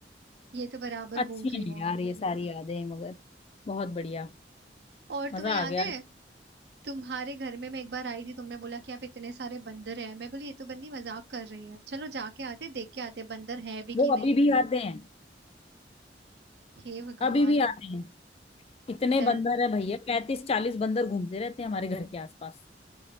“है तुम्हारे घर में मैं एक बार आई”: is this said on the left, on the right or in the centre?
Right